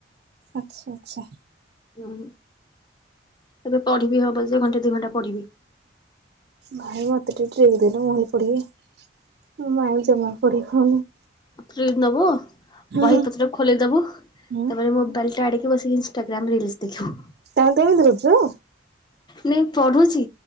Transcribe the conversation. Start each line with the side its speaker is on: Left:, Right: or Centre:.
Right: ଆଚ୍ଛା ଆଚ୍ଛା।
Left: ହୁଁ। ଏବେ ପଢିବି ହବ ଯେ ଘଣ୍ଟା ଦି ଘଣ୍ଟା ପଢିବି।
Right: ଭାଇ ମତେ ଟିକେ ଟ୍ରିକ ଦେଲେ ମୁଁ ବି ପଢ଼ିବି, ମୋ ମାଇଣ୍ଡ ଜମା ପଢ଼ି ହଉନି।
Left: ଟ୍ରିକ୍ ନବୁ, ବହିପତ୍ର
Right: ହୁଁ।
Left: ଖୋଲି ଦବୁ, ତାପରେ
Right: ହୁଁ
Left: ମୋବାଇଲଟା ଆଡ଼େଇ ତୁ ବସିକି ଇନ୍ଷ୍ଟାଗ୍ରାମ ରିଲ୍ସ ଦେଖିବୁ।
Right: ତମେ କେମିତି କରୁଚ?
Left: ନାଇଁ ପଢୁଛି,